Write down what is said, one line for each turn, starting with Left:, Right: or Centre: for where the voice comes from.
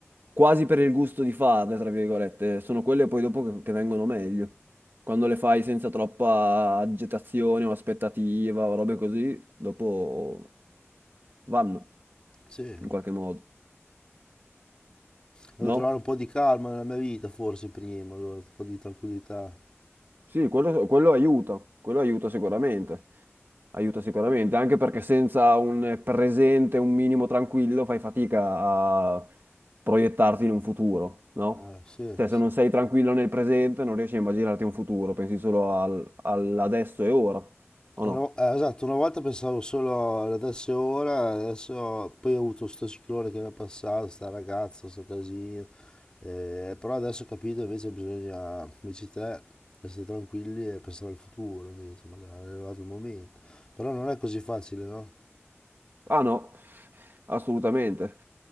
Right: quasi per il gusto di farle, tra virgolette. Sono quelle poi dopo che, che vengono meglio. Quando le fai senza troppa agitazione o aspettativa o robe così, dopo vanno
Left: sì.
Right: in qualche modo,
Left: Devo
Right: no?
Left: trovare un po' di calma nella mia vita forse prima, allora, un po' di tranquillità.
Right: Sì, quello, quello aiuta, quello aiuta sicuramente, aiuta sicuramente, anche perché senza un presente, un minimo tranquillo, fai fatica a proiettarti in un futuro, no?
Left: Ah, sì,
Right: Cioè,
Left: sì.
Right: se non sei tranquillo nel presente, non riesci a immaginarti un futuro, pensi solo al, all'adesso e ora, o
Left: Una
Right: no?
Left: vo- eh, esatto, una volta pensavo solo adesso e ora, adesso poi ho avuto sto ciclone che mi è passato, sta ragazza, sto casino, eh, però adesso ho capito invece bisogna, come dici te, essere tranquilli e pensare al futuro, invece, magari è arrivato il momento. Però non è così facile, no?
Right: Ah no, assolutamente,